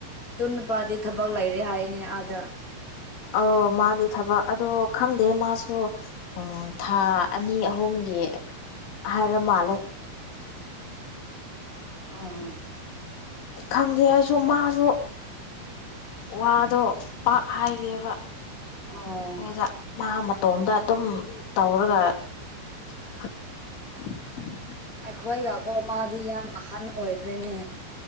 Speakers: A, on the left; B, on the left.
A: ꯑꯗꯨ ꯅꯨꯄꯥꯗꯤ ꯊꯕꯛ ꯂꯩꯔꯦ ꯍꯥꯏꯅꯤ ꯑꯥꯗ꯫
B: ꯑ ꯃꯥꯗꯤ ꯊꯕꯛ ꯑꯗꯣ ꯈꯪꯗꯦ ꯃꯥꯁꯨ__ ꯎꯝ ꯊꯥ ꯑꯅꯤ ꯑꯍꯨꯝꯒꯤ ꯍꯥꯏꯔ ꯃꯥꯜꯂꯦ꯫
A: ꯑꯍꯨꯝ
B: ꯈꯪꯗꯦ ꯑꯩꯁꯨ ꯃꯥꯁꯨ꯫ ꯋꯥꯗꯣ ꯄꯥꯛ ꯍꯥꯏꯗꯦꯕ
A: ꯑꯣ
B: ꯃꯤꯗꯥ꯫ ꯃꯥ ꯃꯇꯣꯝꯗ ꯑꯗꯨꯝ ꯇꯧꯔꯒ__ <unintelligible>
A: ꯑꯩꯈꯣꯏꯒꯀꯣ ꯃꯥꯗꯤ ꯌꯥꯝ ꯑꯍꯟ ꯑꯣꯏꯈ꯭ꯔꯦꯅꯦ꯫